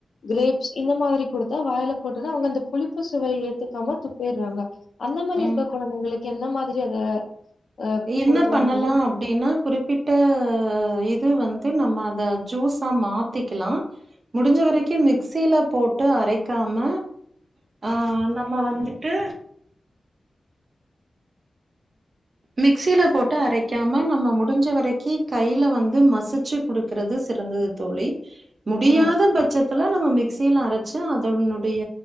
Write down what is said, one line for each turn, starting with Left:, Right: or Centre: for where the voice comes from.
Left: கிரேப்ஸ் இந்த மாதிரி குடுத்தா வாயில போட்டனா அவங்க அந்த புளிப்பு சுவைய ஏத்துக்காம துப்பிட்றாங்க அந்த மாரி
Right: ம்.
Left: இருக்க கொழந்தைங்களுக்கு என்ன மாதிரி அத அ
Right: என்ன
Left: குடுக்கலாம்
Right: பண்ணலாம்
Left: தோழி
Right: அப்டினா குறிப்பிட்ட இது வந்து நம்ம அத ஜூஸா மாத்திக்கலா முடிஞ்ச வரைக்கும் மிக்சிலா போட்டு அரைக்காம ஆ நம்ம வந்துட்டு மிக்சில போட்டு அரைக்காம நம்ம முடிஞ்ச வரைக்கு கைல வந்து மசிச்சு குடுக்கறது சிறந்தது தோழி முடியாத
Left: ஆ
Right: பட்சத்துல நம்ம மிக் சில அரச்சு அதனுடைய